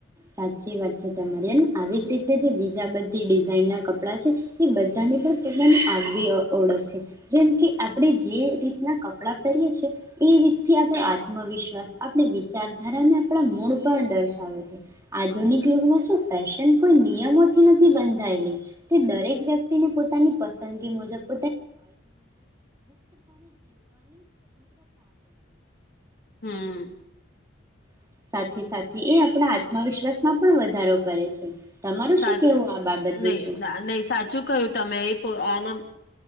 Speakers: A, on the right; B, on the left.
A: સાચી વાત છે તમારી એને આવી જ રીતે જે બીજા બધી દિ ના કપડા છે એ બધાની પણ પોતાની આગવી ઓળખ છે જેમ કે આ આપણે જે રીતના કપડાં પહેરીએ છીએ એ રીતથી આપણો આત્મવિશ્વાસ આપણી વિચારધારાને આપણા મૂળ પણ દર્શાવે છે આ આથધૂનિક યુગ મા ફૅશન કોઈ નિયમોથી નથી બંધાયેલી તે દરેક વ્યક્તિને પોતાની પસંદગી મુજબ
B: હમ્મ
A: સાથે તમારું
B: સાચું
A: શું કેવું આ બાબત
B: નહી
A: વિશે?
B: નહી સાચું કહયું તમે એ આના